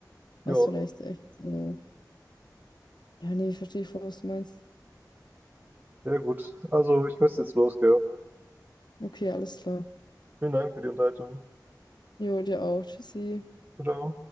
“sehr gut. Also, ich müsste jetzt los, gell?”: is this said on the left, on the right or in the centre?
Right